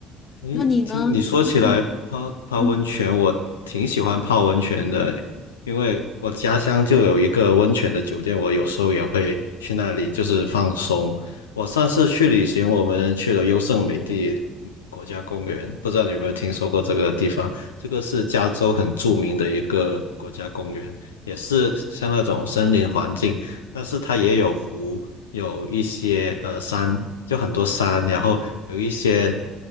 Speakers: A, on the left; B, on the left.
A: 诶，
B: 那你呢？
A: 听你说起来泡泡温泉，
B: 你最近嗯，
A: 我挺喜欢泡温泉的，因为我家乡就有一个温泉的酒店，我有时候也会去那里，就是放松。我上次去旅行，我们去了优胜美地国家公园，不知道你有没有听说过这个地方？这个是加州很著名的一个国家公园，也是像那种森林环境，但是它也有湖，有一些呃山，就很多山，然后有一些